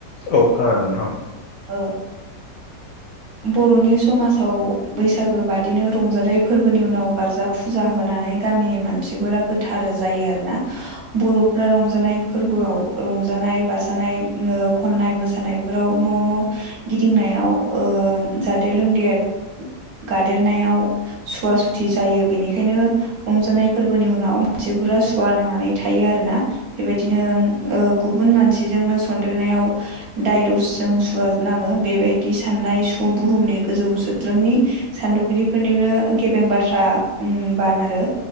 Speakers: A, on the left (about 65°); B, on the right (about 60°).
A: औ खोनादों नोंथां
B: ओ बरनि समाजाव बैसागो बादिनो रंजाथाइ फोरबोनि उनाव गारजाब फुजा होनानै गामिनि मानसिफोरा गोथार जायो आरो ना बर फ्रा रंजानाय फोरबोआव रंजानाय बाजानाय ओ खननाय मोसानायफोराव न न गिदिंनायाव ओ जादेर लोंदेर गादेरनायाव सुवा सुथि जायो बेनिखायनो रंजानाय फोरबोनि उनाव मानसिफोरा सुवा नांनानै थायो आरोना बेबायदिनो ओ गुबुन मानसिजोंनो सन्देरनायाव दायदसजों सुवा नांङो बेबायदि साननाय सुब बुहुमनि गोजौ सोद्रोमनि सान्थौगिरिफोरनिनो गेबें बाथ्रा बान आरो